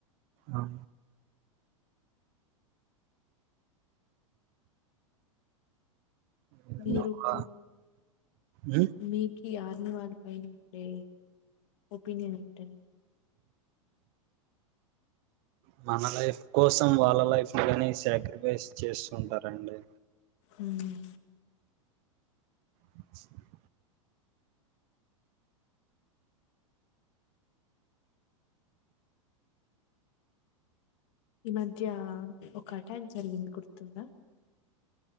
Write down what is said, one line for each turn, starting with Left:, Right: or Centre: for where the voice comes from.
Right: ఆ ఏదన్నా
Left: మీరు
Right: ఒక,
Left: కు
Right: ఉమ్
Left: మీకు ఆర్మీ వాళ్లపైన ఉండే ఒపీనియన్ ఏంటండి
Right: అ మన లైఫ్ కోసం వాళ్ళ లైఫ్ కానీ సాక్రిఫైస్ చేస్తుంటారండి
Left: ఉ హు
Right: వాటర్ సౌండ్
Left: ఈ మధ్య ఒక అటాంక్ జరిగింది గుర్తుందా